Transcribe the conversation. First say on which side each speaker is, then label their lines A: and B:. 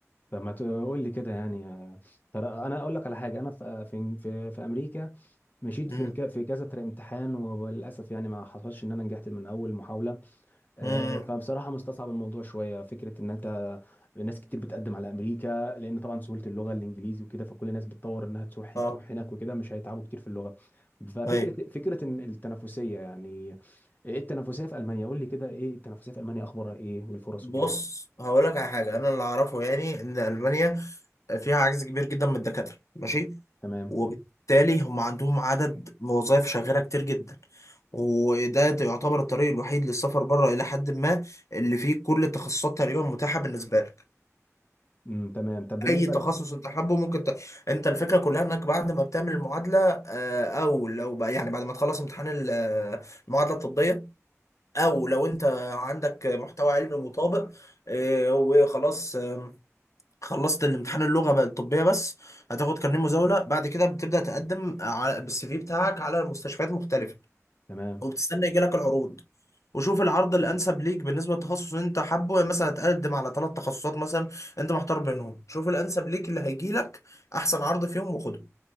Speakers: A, on the left (about 35°); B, on the left (about 70°).
A: فما تقول لي كده يعني آه، ترى انا اقول لك على حاجه انا في في في في امريكا مشيت
B: مم.
A: في ك- في كذا تر- امتحان وللاسف يعني ما حصلش ان انا نجحت من اول محاوله آه،
B: امم
A: فبصراحه مستصعب الموضوع شويه فكره ان انت ناس كتير بتقدم على امريكا لان طبعا سهوله اللغه الانجليزي وكده فكل الناس بتطور انها تروح
B: اه
A: تروح هناك وكده مش هيتعبوا كتير في اللغه ففكره
B: ايوه
A: فكره إن التنافسيه يعني ايه التنافسيه في المانيا قول لي كده ايه التنافسيه في المانيا اخبارها ايه والفرص
B: بص
A: وكده
B: هقول لك على حاجه انا اللي اعرفه يعني ان المانيا فيها عجز كبير جدا من الدكاتره ماشي
A: تمام
B: وبالتالي هم عندهم عدد وظائف شاغره كتير جدا وده يعتبر الطريق الوحيد للسفر بره الى حد ما اللي فيه كل التخصصات تقريبا متاحه بالنسبه لك
A: امم تمام طب بالنسبه
B: اي تخصص
A: ل-
B: انت حابه ممكن ت... انت الفكره كلها انك بعد ما بتعمل المعادله آه، او لو بقى يعني بعد ما تخلص امتحان ال- المعادله الطبيه او لو انت عندك محتوى علمي مطابق آه، وخلاص آم، خلصت الامتحان اللغه بقى الطبيه بس هتاخد كارنيه مزاوله بعد كده بتبدا تقدم على- بالسي في بتاعك على مستشفيات مختلفه
A: تمام
B: وبتستنى يجي لك العروض وشوف العرض الانسب ليك بالنسبه للتخصص اللي انت حابه يعني مثلا تقدم على ثلاث تخصصات مثلا انت محتار بينهم شوف الانسب ليك اللي هيجي لك احسن عرض فيهم وخده